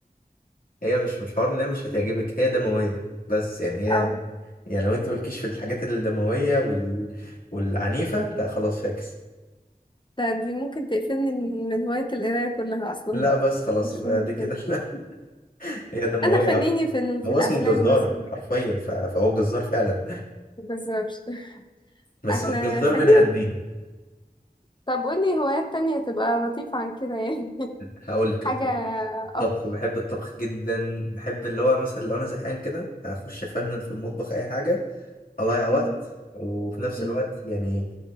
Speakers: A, on the left; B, on the left.
A: هي مش مش حوار ان هي مش هتعجبك هي دموية بس يعني
B: <laughs>
A: هي
B: اه.
A: يعني لو انت مالكيش في الحاجات الدموية وال... والعنيفة لا خلاص فاكس
B: لا دي ممكن تقفلني من من هواية القراية كلها أصلا
A: لا بس خلاص
B: مش
A: يبقى
B: بحب
A: دي كده <laughs> هي دموية
B: أنا خليني في, ال... في
A: هو
B: الأفلام
A: اسمه الجزار
B: بس
A: حرفيا ف- فهو جزار فعلا
B: مبهزرش <laughs>
A: بس
B: احنا
A: جزار
B: خلينا
A: بني ادمين
B: طب قولي هوايات تانية تبقى لطيفة عن كده يعني <laughs>
A: هقول لك
B: حاجة
A: الطبخ الطبخ
B: أفضل
A: بحب الطبخ جدا بحب اللي هو مثلا لو انا زهقان كده اخش افنن في المطبخ اي حاجه اضيع وقت
B: م-
A: وفي نفس
B: م-
A: الوقت يعني